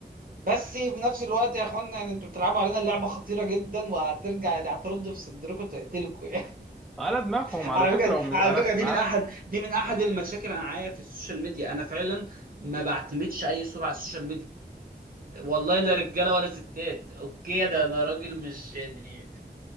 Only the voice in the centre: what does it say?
على دماغهم
على
فكرة
ومش
انا
س...
على